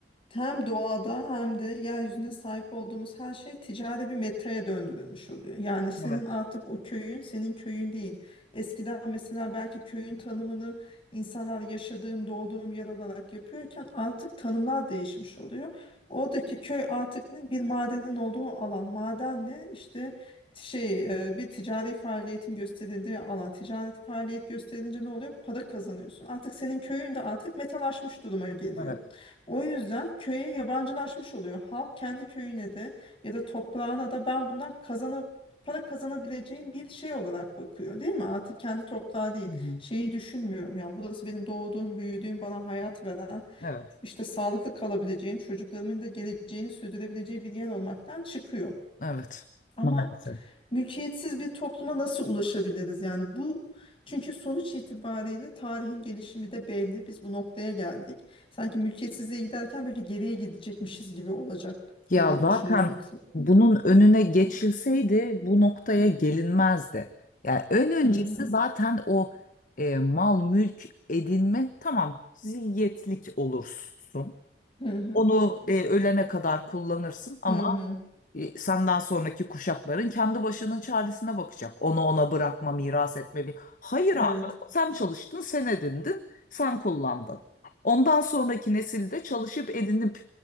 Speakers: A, on the left; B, on the left.
A: hem doğada hem de yeryüzünde sahip olduğumuz her şey ticari bir metaya döndürülmüş oluyor. Yani senin
B: Evet,
A: artık o köyün senin köyün değil. Eskiden mesela belki köyün tanımını insanlar yaşadığım, doğduğum yer olarak yapıyorken artık tanımlar değişmiş oluyor. Oradaki köy artık ne? Bir madenin olduğu alan. Maden ne? İşte şey e, bir ticari faaliyetin gösterildiği alan ticari faaliyet gösterince ne oluyor? Para kazanıyorsun. Artık senin köyün de artık metalaşmış duruma geliyor.
B: evet.
A: O yüzden köye yabancılaşmış oluyor. Halk kendi köyüne de ya da toprağına da ben bundan kazanıp para kazanabileceğim bir şey olarak bakıyor değil mi? Artık kendi toprağı değil.
B: Hı hı.
A: Şeyi düşünmüyor. Yani burası benim doğduğum, büyüdüğüm, bana hayat veren,
B: Evet.
A: işte sağlıklı kalabileceğim, çocuklarımın da geleceğini sürdürebileceği bir yer olmaktan çıkıyor.
B: Evet.
A: Ama
B: Maalesef.
A: mülkiyetsiz bir topluma nasıl ulaşabiliriz? Yani bu çünkü sonuç itibariyle tarihin gelişimi de belli. Biz bu noktaya geldik. Sanki mülkiyetsizliğe giderken böyle geriye gidecekmişiz gibi olacak
B: Ya
A: diye
B: zaten
A: düşünüyorsun.
B: bunun önüne geçilseydi bu noktaya gelinmezdi. Yani en öncesi
A: Hı hı.
B: zaten o e, mal mülk edinme tamam zilyetlik olursun.
A: Hı hı.
B: Onu e, ölene kadar kullanırsın ama
A: Hı hı.
B: E, senden sonraki kuşakların kendi başının çaresine bakacak. Onu ona bırakma, miras etme bir. Hayır
A: Evet.
B: abi, sen çalıştın, sen edindin, sen kullandın. Ondan sonraki nesilde çalışıp edinip